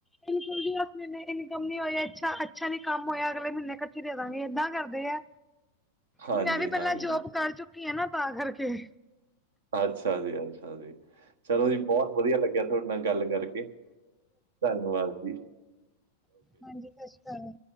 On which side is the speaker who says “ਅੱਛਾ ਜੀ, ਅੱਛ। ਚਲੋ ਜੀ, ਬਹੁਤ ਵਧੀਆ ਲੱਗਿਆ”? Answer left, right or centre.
Right